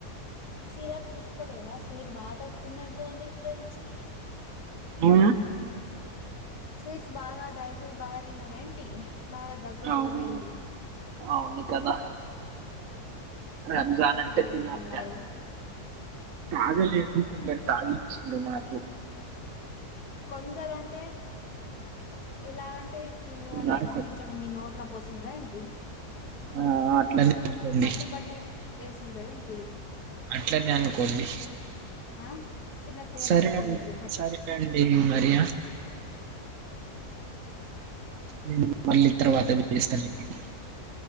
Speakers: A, on the left (about 85°); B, on the right (about 60°).
A: సిరప్ తీసుకోలేదా స్వీట్ బాగా తిన్నట్టుంది ఎప్పటినుంచి
B: ఆ
A: స్వీట్స్ బాగా డ్రై ఫ్రూట్స్ బాగా తినరేంటి బాగా దగ్గుజలుబయింది
B: అవును అవును కదా రంజాన్ అంటే
A: తాగినట్టున్నారు
B: తినాలిగ తాగలేదు కొందరు తాగిచిండ్రు నాకు
A: కొందరు అంటే ఎలాగంటే తిను
B: ఉన్నారు
A: అని తినిపించండి
B: కొందరు
A: మీ నోట్ల పోసినరా ఏంటి
B: ఆ, అట్లనే అనుకోండి
A: పట్టి పట్టి ఏసిన్రా ఏంటిది
B: అట్లనే అనుకోండి
A: ఆ చిన్న పిల్లలు
B: సరేనండి
A: ఏంటిది మీరు పట్
B: సరే అండి ఇగ మరి నేను మళ్ళీ తర్వాత చేస్తలేండి